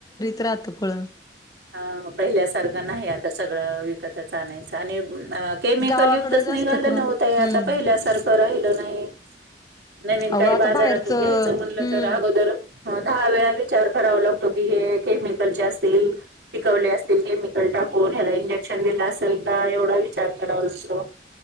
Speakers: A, on the left; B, on the right.
A: राहतं फळं.
B: हा, पहिल्या सारखं नाही आता सगळं विकतच आणायचं आणि अह केमिकल
A: गावाकडं
B: युक्तच
A: जास्त
B: निघालं
A: करून
B: ना ओ ताई
A: हम्म
B: आता पहिल्यासारखं राहिल नाही नवीन
A: अहो
B: काही
A: आता
B: बाजारातून
A: बाहेरचं
B: घ्यायच म्हणलं
A: हम्म
B: तर अगोदर दहा वेळा विचार करावा लागतो कि हे केमिकल चे असतील, पिकवले असतील केमिकल टाकून ह्याला इंजेक शिक्षण दिलं असेल का एवढा विचार कराव लागतो